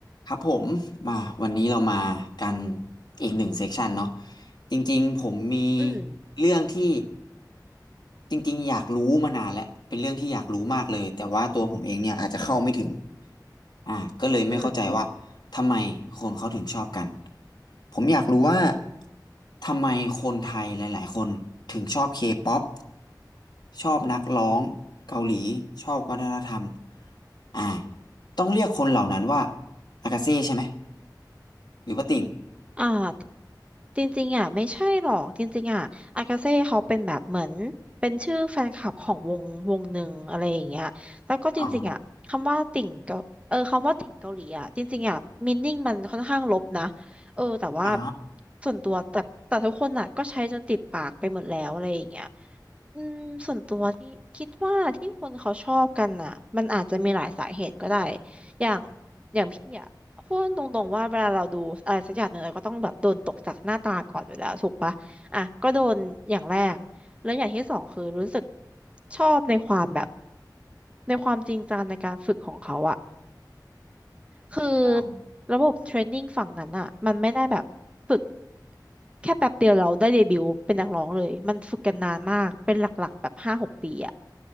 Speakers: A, on the left (about 65°); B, on the right (about 15°).
A: ครับผมมาวันนี้เรามากันอีกหนึ่งเซกชันเนาะจริงๆผมมี
B: อืม
A: เรื่องที่จริงๆอยากรู้มานานแล้วเป็นเรื่องที่อยากรู้มากเลยแต่ว่าตัวผมเองเนี่ยอาจจะเข้าไม่ถึงอ่าก็เลยไม่เข้าใจว่าทำไมคนเขาถึงชอบกัน
B: อืม
A: ผมอยากรู้ว่าทำไมคนไทยหลายๆคนถึงชอบเคป๊อปชอบนักร้องเกาหลีชอบวัฒนธรรมอ่าต้องเรียกคนเหล่านั้นว่าอากาเซ่ใช่ไหม หรือว่าติ่ง
B: อ่าจริงๆอ่ะไม่ใช่หรอก จริงๆอ่ะอากาเซ่เขาเป็นแบบเหมือนเป็นชื่อแฟนคลับของวงวงหนึ่งอะไรอย่างเงี้ยแล้วก็จริงๆอ่ะคำว่าติ่งเกาเออคำว่าติ่งเกาหลีอ่ะจริงๆอ่ะมีนิ่งมันค่อนข้างลบนะ
A: อ๋อ
B: เออแต่ว่า
A: อ๋อ
B: ส่วนตัวแต่แต่ทุกคนอ่ะก็ใช้จนติดปากไปหมดแล้วอะไรอย่างเงี้ยอืม ส่วนตัวที่คิดว่าที่คนเขาชอบกันอ่ะมันอาจจะมีหลายสาเหตุก็ได้อย่าง เนี่ยพูดตรงๆว่าเวลาเราดูอะไรสักอย่างหนึ่งเราก็ต้องแบบโดนตกจากหน้าตาก่อนอยู่แล้วถูกปะอ่ะก็โดนอย่างแรกแล้วอย่างที่สองคือรู้สึกชอบในความแบบในความจริงจังในการฝึกของเขาอะคือ
A: อ๋อ
B: ระบบเทรนนิ่งฝั่งนั้นอะมันไม่ได้แบบฝึกแค่แป๊บเดียวเราได้เดบิวต์เป็นนักร้องเลยมันฝึกกันนานมากเป็นหลักๆแบบห้าหกปีอะ